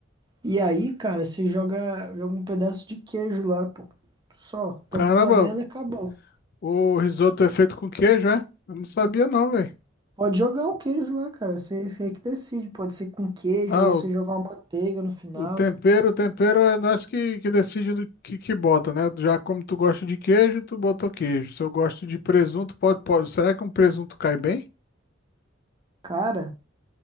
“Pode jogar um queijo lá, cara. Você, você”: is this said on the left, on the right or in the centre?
Right